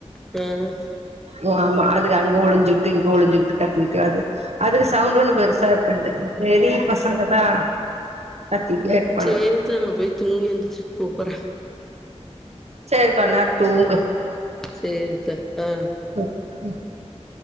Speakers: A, in the centre; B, on the right.
A: ஹ்ம்
B: ஓ ஆமா அது அங்க ஒளிஞ்சுக்கிட்டு இங்க ஒளிஞ்சுக்கிட்டு கத்திட்டு அது அதுக சவுண்ட் ஒண்ணு பெருசா இருக்காது பெரிய பசங்கதா கத்திட்டே இருப்பானுங்க
A: சேரி த்த நா போய் தூங்கி எந்துருச்சு கூப்பறே
B: சேரி கொன் நேரோ தூங்கு
A: சேரி த்த ஆஹ்
B: ம்